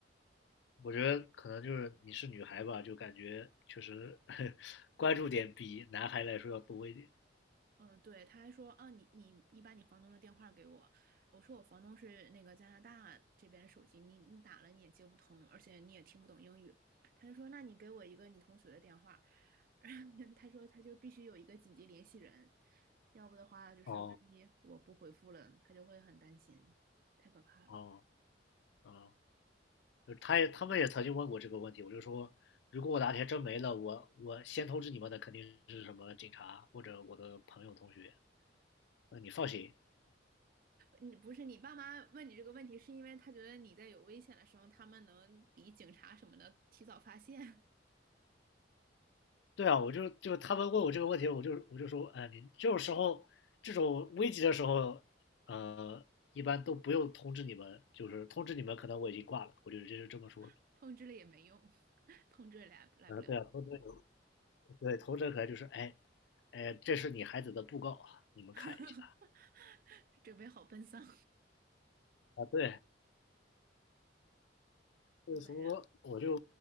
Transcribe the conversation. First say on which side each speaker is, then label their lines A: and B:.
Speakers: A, on the left; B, on the right.
A: 我觉得可能就是你是女孩吧，就感觉确实 <laughs> 关注点比男孩来说要多一点。
B: 嗯，对，他还说啊，你你你把你房东的电话给我，我说我房东是那个加拿大这边的手机，你你打了你也接不通，而且你也听不懂英语，他就说那你给我一个你同学的电话，<laughs> 他说他就必须有一个紧急联系人，要不的话就是万一我不回复了，
A: 哦
B: 他就会很担心，太可怕了。
A: 哦哦。啊就是他也他们也曾经问过这个问题，我就说，如果我哪天真没了，我我先通知你们的肯定是什么警察或者我的朋友同学，那你放心。
B: 你不是你爸妈问你这个问题，是因为他觉得你在有危险的时候，他们能比警察什么的提早发现，
A: 对啊，我就就他们问我这个问题，我就我就说，哎，你这种时候这种危急的时候，呃，一般都不用通知你们，就是通知你们可能我已经挂了，我就直接就这么说
B: <laughs> 通知了也没用，<laughs> 通知也来来不了。
A: 的。啊，对啊，通知你们对通知可能就是，哎哎，这是你孩子的布告啊，你们看一下
B: <laughs> 准备好奔丧。
A: 啊，对，所以说，
B: 我感觉，
A: 我就